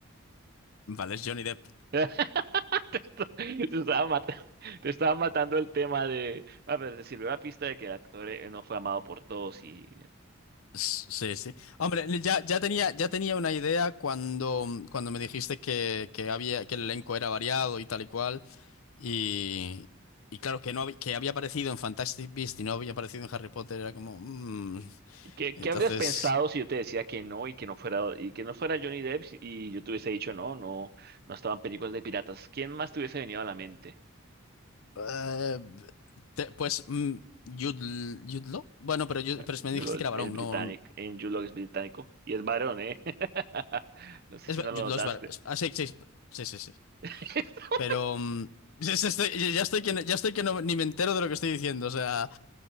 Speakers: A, on the left; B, on the right.
A: Vale, es Johnny Depp.
B: <laughs> Te, est- te estaba matando, te estaba matando el tema de... A ver, te sirvió la pista de que el actor eh, no fue amado por todos y
A: S- Sí, sí. Hombre, ya, ya tenía, ya tenía una idea cuando, cuando me dijiste que, que había, que el elenco era variado y tal y cual. Y, y claro, que no hab- que había aparecido en Fantastic Beasts y no había aparecido en Harry Potter, era como. mm.
B: ¿Qué,
A: Entonces,
B: qué habrías pensado si yo te decía que no y que no fuera y que no fuera Johnny Depp y yo te hubiese dicho no, no, no estaban películas de piratas? ¿Quién más te hubiese venido a la mente?
A: eh, te- pues mm, Jude, Jude Law. Bueno, pero, Jude-
B: Bueno,
A: pero me
B: Jude
A: dijiste
B: Law
A: que
B: es,
A: era varón,
B: es británico,
A: no.
B: en Jude Law es británico y es varón, ¿eh? <laughs> No sé
A: Es,
B: si
A: va-
B: no
A: Jude
B: lo notaste.
A: Law es varón. Ah, sí, sí, sí, sí, sí.
B: <laughs>
A: Pero mm, <laughs> ya ya estoy, ya estoy que, no- ya estoy que no- ni me entero de lo que estoy diciendo. O sea,